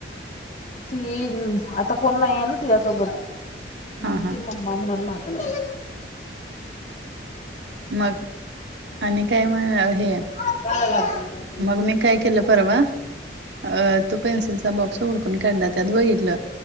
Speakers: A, on the left; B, on the right.
A: ती आता कोण नाही आहे ना तिच्यासोबत? म
B: हा हा
A: ती म्मा म्हणून माग ला
B: मग, आणि काय म हे
A: <unintelligible>
B: मग मी काय केल परवा? अ तो पेन्सिलचा बॉक्स उडकून काढला त्यात बघितल,